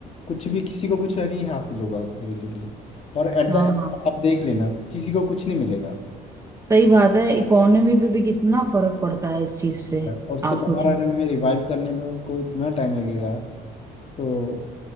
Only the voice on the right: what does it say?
हाँ
सही बात है इकोनॉमी पे भी कितना फर्क पड़ता है इस चीज से
आप
सोचो